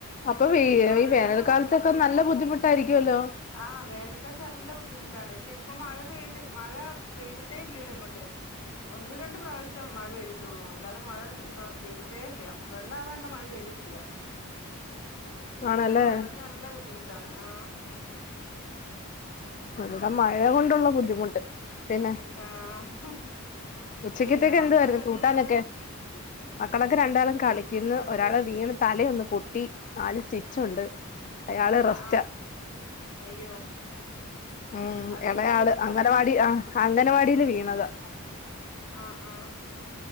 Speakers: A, on the left (about 35°); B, on the left (about 80°).
A: അപ്പൊ
B: ആഹ്
A: ഈ
B: വെള്ളം
A: വേനൽക്കാലത്തൊക്കെ നല്ല ബുദ്ധിമുട്ടായിരിക്കുവല്ലോ.
B: ആ വേനൽക്കാലത്ത് നല്ല ബുദ്ധിമുട്ടാണ്. പക്ഷെ ഇപ്പൊ മഴ പെയ്ത് മഴ പെയ്തിട്ടേ ഇല്ലല്ലോ ഇങ്ങോട്ട്. ഒന്ന് രണ്ട് പ്രാവശ്യം മഴ പേയ്തിട്ടുള്ളൂ. അല്ലാതെ മഴ പെയ്തിട്ടേ ഇല്ല. വെള്ള ആവാനുള്ള മഴ പെയ്തിട്ടില്ല. അത്
A: ആണല്ലേ
B: കാരണം വെള്ളത്തിന് നല്ല ബുദ്ധിമുട്ടാണ്. ആ
A: ഇവിട മഴ
B: പിന്നെ
A: കൊണ്ടുള്ള ബുദ്ധിമുട്ട്. പിന്നെ
B: ആഹ്
A: ഉച്ചക്കത്തെക്ക്
B: പിന്നെ മക്കളൊക്കെ
A: എന്തുവായിരുന്നു
B: എന്ത്
A: കൂട്ടാനൊക്കെ?
B: ചെയ്യുന്ന്
A: മക്കളൊക്കെ രണ്ടാളും കളിക്കുന്നു.
B: കു
A: ഒരാള് വീണ് തലയൊന്നു പൊട്ടി. നാല് സ്റ്റിച്ചുണ്ട്. അയാള് റെസ്റ്റാ
B: ആഹ്, ആഹ് അയ്യോ.
A: ഉം
B: അതെങ്ങനെ
A: എളയാള്
B: ഇവിടെ കളിച്ചിട്ട്
A: അംഗനവാടി ആ അംഗനവാടീല് വീണതാ.
B: ആഹ്, ആഹ്.